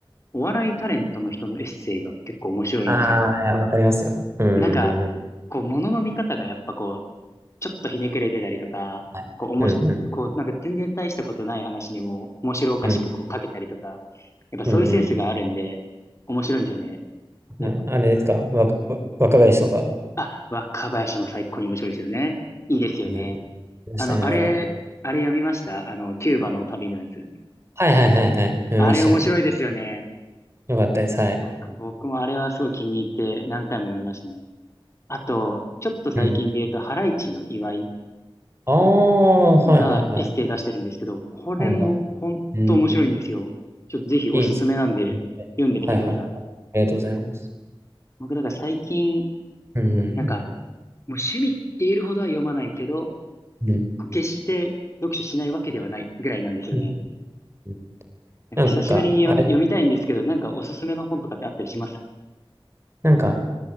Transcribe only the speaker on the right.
ああ、いやわかりますよ。う
ん。は
いうんうん
うん。
うんう
ん。はいあれですかわか、若林とか。
うん。見ましたね、
あれは。
はいはいはいはい。読みましたよ。
よかったです。はい。
うん。
ああ、はいはいはい。
うなんだ。うん。
いいですね。はいはい。ありがとうございます。
うん。
うん。
うん
うんうん
なんか、あれ、
なんか、